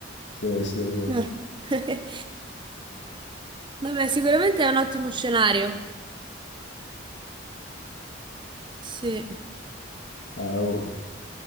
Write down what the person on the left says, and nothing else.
se l'avessi da dire.
Eh, boh.